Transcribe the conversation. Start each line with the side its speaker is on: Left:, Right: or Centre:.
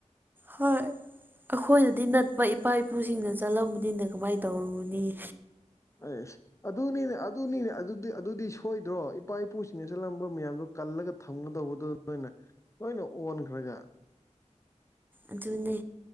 Right: ꯍꯣꯏ ꯑꯩꯈꯣꯏꯅꯗꯤ ꯅꯠꯄ ꯏꯄꯥ ꯏꯄꯨꯁꯤꯡꯅ ꯆꯠꯂꯝꯕꯅꯤꯅ ꯀꯃꯥꯏꯅ ꯇꯧꯔꯨꯔꯅꯤ
Left: ꯑꯁ ꯑꯗꯨ ꯅꯤꯅꯦ ꯑꯗꯨ ꯅꯤꯅꯦ ꯑꯗꯨꯗꯤ ꯑꯗꯨꯗꯤ ꯁꯣꯏꯗ꯭ꯔꯣ ꯏꯄꯥ ꯏꯄꯨꯁꯤꯡꯅ ꯆꯠꯂꯝꯕ ꯃꯌꯥꯝꯗꯣ ꯀꯜꯂꯒ ꯊꯝꯒꯗꯧꯕꯗꯨ ꯅꯣꯏꯅ ꯂꯣꯏꯅ ꯑꯣꯟꯈ꯭ꯔꯒ
Right: ꯑꯗꯨꯅꯦ